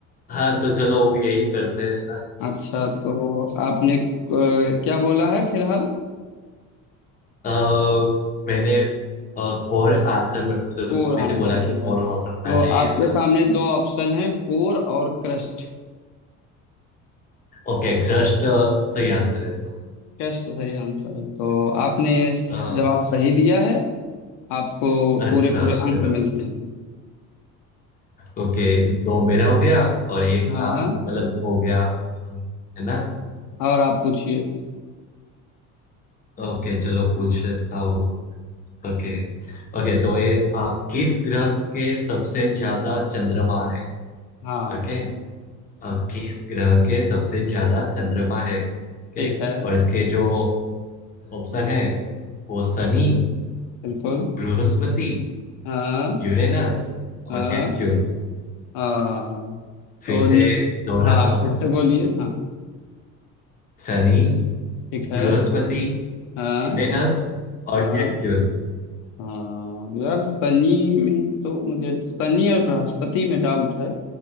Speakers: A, on the left; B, on the left.
A: हाँ तो चलो यही करते हैं ना
B: अच्छा तो आपने अ,
A: <laughs>
B: क्या बोला है फिलहाल
A: अ, मैंने कोर आंसर मतलब
B: कोर आंसर
A: मैंने बोला
B: किया
A: कि कोर
B: है
A: होना
B: तो
A: चाहिए
B: आपके
A: ऐसा
B: सामने दो ऑप्शन है कोर और क्रस्ट
A: ओके क्रस्ट सही आंसर है तो
B: क्रस्ट सही आंसर है तो आपने इस-
A: अ,
B: जवाब सही दिया है आपको
A: अच्छा
B: पूरे पूरे अंक
A: चलो
B: मिलते हैं
A: ओके दो मेरा हो गया और एक
B: हाँ
A: आप मतलब हो गया है ना
B: और आप पूछिए
A: ओके चलो पूछ लेता हूँ ओके ओके तो ये अ, किस ग्रह के सबसे ज्यादा चंद्रमा है
B: हाँ
A: ओके अ, किस ग्रह के सबसे ज्यादा चंद्रमा है ओके
B: ठीक है
A: और इसके जो ऑप्शन है वो शनि
B: बिल्कुल
A: बृहस्पति
B: हाँ
A: यूरेनस
B: हाँ
A: और नेपच्यून
B: हाँ
A: फिर
B: तो ने-
A: से दोहराता
B: हाँ
A: हूँ
B: फिर
A: है
B: से
A: ना
B: बोलिए हाँ
A: शनि
B: ठीक है
A: बृहस्पति
B: हाँ
A: यूरेनस और
B: हाँ
A: नेपच्यून
B: हाँ यार शनि में तो मुझे शनि और बृहस्पति में डाउट है